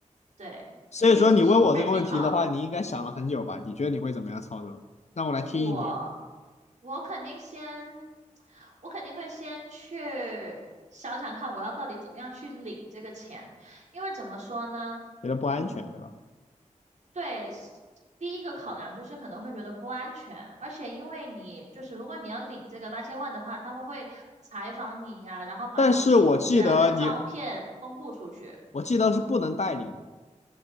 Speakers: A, on the right; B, on the left.
A: 对，
B: 所以说你问我这个问题的话，
A: 所以其实还挺好的。
B: 你应该想了很久吧？你觉得你会怎么样操作？让我来听一听，
A: 我我肯定先，我肯定会先去想想看，我要到底怎么样去领这个钱，因为怎么说呢，
B: 觉得不安全，
A: 嗯，
B: 对吧？
A: 对，是第一个考量就是可能会觉得不安全，而且因为你就是如果你要领这个八千万的话，他们会采访你呀，然后把你的名字啊跟照片公布出去。
B: 但是我记得你，我记得是不能带领。